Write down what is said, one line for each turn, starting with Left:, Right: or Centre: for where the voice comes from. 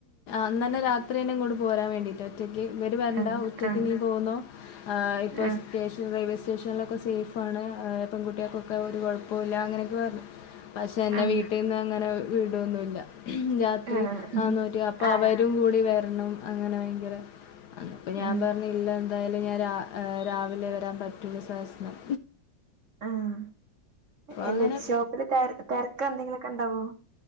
Left: അന്നന്നെ രാത്രിന്നെ ഇങ്ങോട്ട് പോരാൻ വേണ്ടിട്ട്. ഒറ്റയ്ക്ക് ഇവര് വരണ്ട
Right: ആ.
Left: ഒറ്റയ്ക്ക്
Right: ആ.
Left: നീ പോന്നോ ഏഹ് ഇപ്പോ
Right: ആ.
Left: സ്റ്റേഷ റെയിൽവേ സ്റ്റേഷനിലൊക്കെ സേഫ് ആണ് പെൺകുട്ടികൾക്കൊക്കെ ഒരു കൊഴപ്പോല്ല അങ്ങനെയൊക്കെ പറഞ്ഞ്. പക്ഷെ എന്റെ
Right: ആ.
Left: വീട്ടിന്ന് അങ്ങനെ വിടൊന്നുല്ല. രാത്രി
Right: ആ.
Left: <unintelligible>
Right: ഉം.
Left: അപ്പൊ
Right: ആ.
Left: അവരും കൂടി വരണം അങ്ങനെ ഭയങ്കര. അപ്പ ഞാൻ
Right: ആ.
Left: പറഞ്ഞില്ല എന്തായാലും ഞാൻ രാവിലെ വരാൻ പറ്റൂല സഹസനം.
Right: ആഹ് എന്റെ
Left: അങ്ങനെ
Right: ഷോപ്പില് തെരക്ക്‌ തെരക്ക് എന്തെങ്കിലൊക്കെ ഇണ്ടാവോ?